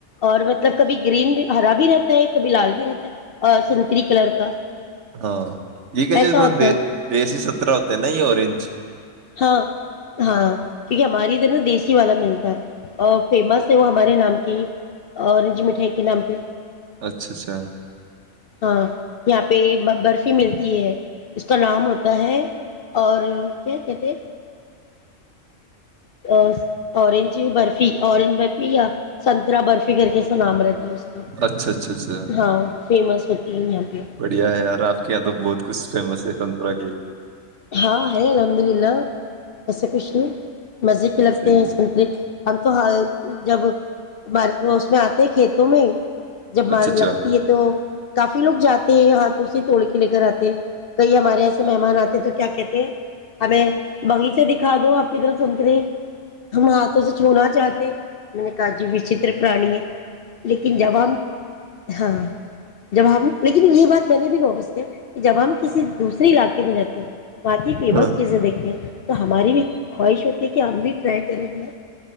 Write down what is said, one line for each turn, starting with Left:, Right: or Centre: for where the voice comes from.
Left: اور مطلب کبھی گرین بھی ہرا بھی رہتا ہے ایک بلال بھی رہتا ہے اور سنتری کلر کا
Right: <unintelligible>
Left: ایسا ہوتا ہے
Right: دیسی سترہ ہوتا ہے نا یہ اورورنج
Left: ہاں ہاں کیونکہ ہماری ادھر نا دیسی والا ملتا ہے فیمس ہے وہ ہمارے نام کی اورنج مٹھائی کے نام پہ
Right: اچھا اچھا
Left: ہاں یہاں پہ برفی ملتی ہے اس کا نام ہوتا ہے اور کیا کہتے ا اورنج برفی اورنج برفی یا سنترا برفی کر کے س نام رہتا ہے اس کا
Right: اچھا اچھا اچھا
Left: ہاں فیمس ہوتی ہے یہاں پہ
Right: بڑھیا ہے یار آپ کے یہاں تو بہت کچھ فیمس ہے سنتر کی
Left: ہاں ہر الحمد للہ کیسے کھ نہیں مزے پ لگتے
Right: صحیح
Left: ہیں سنترے ہم تو جبارک اس میں آتے کھیتوں میں ہی جب
Right: اچھا
Left: مار
Right: اچھا
Left: لگتی ہے تو کافی کافی لوگ جاتے ہیں ہاتھوں سے توڑ کے لے کر آتے ہیں تو یہ ہمارے ایسے مہمان آتے تھے کہتے ہمیں بغلی سے دکھا دو آپ کی طرف سنتری ہم ہاتھوں سے چھونا چاہ <unintelligible> چاہتے میں نے کہا جی وچتر پرانی ہے لیکن زبان <unintelligible> ہاں جابو لیکن یہ بات میں نے بھی نوٹس کیا کہ جب ہم کسی دوسر علاقے کی میں جاتتی باقی فیمس
Right: ہ
Left: چیزیں دیکھتے ہیں تو ہماری بھی خواہش ہوتی کہ ہم بھی ٹرائی کریں گا